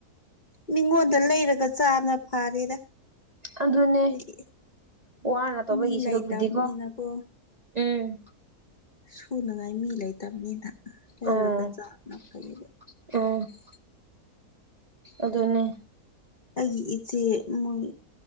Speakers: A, on the left (about 35°); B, on the right (about 35°).
A: ꯃꯤꯉꯣꯟꯗ ꯂꯩꯔꯒ ꯆꯥꯅ ꯐꯥꯔꯦꯗ꯫
B: ꯑꯗꯨꯅꯦ
A: ꯑꯩꯈꯣꯏꯗꯤ
B: ꯋꯥꯅ ꯇꯧꯕꯒꯤ
A: ꯃꯤ
B: ꯁꯔꯨꯛꯄꯨꯗꯤꯀꯣ
A: ꯂꯩꯥꯏꯇꯥꯅꯤꯅꯅꯥꯀꯣ꯫
B: ꯎꯝ
A: ꯁꯨꯅꯉꯥꯏ ꯃꯤ ꯂꯩꯇꯕꯅꯤꯅ ꯂꯩꯔꯒ
B: ꯑꯣ
A: ꯆꯅ ꯐꯩꯌꯦꯕ꯫
B: <unintelligible> ꯑꯗꯨꯅꯤ
A: ꯑꯩꯒꯤ ꯏꯆꯦ ꯃꯣꯏ